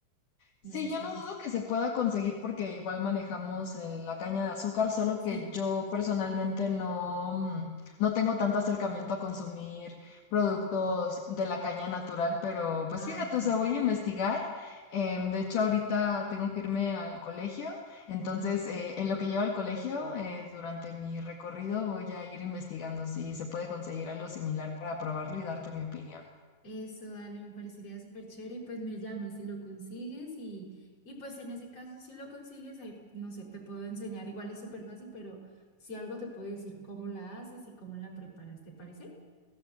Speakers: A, on the left (about 45°); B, on the left (about 65°).
A: no
B: Sí,
A: sé si
B: yo
A: haces.
B: no dudo que se pueda conseguir porque igual manejamos el- la caña de azúcar, solo
A: Sí,
B: que yo personalmente no, mm, no tengo tanto acercamiento a consumir productos de la caña natural, pero pues
A: ah,
B: fíjate,
A: ok.
B: o sea, voy a investigar. em, de hecho, ahorita tengo que irme al colegio, entonces eh, en lo que llevo al colegio, eh, durante mi recorrido voy a ir investigando si se puede conseguir algo similar para probarlo y darte mi opinión.
A: Eso, dale, me parecería súper chévere y pues me llamas si lo consigues y, y pues en ese caso si lo consigues, ahí, no sé, te puedo enseñar, igual es súper fácil, pero si algo te puedo decir cómo la haces y cómo la preparas, ¿te parece?